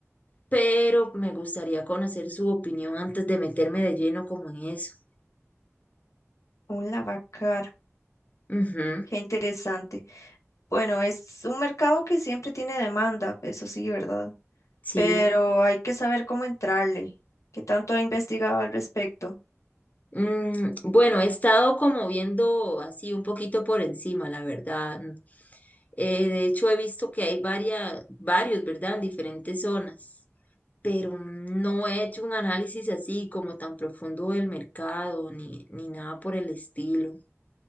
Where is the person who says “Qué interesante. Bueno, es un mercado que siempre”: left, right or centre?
Left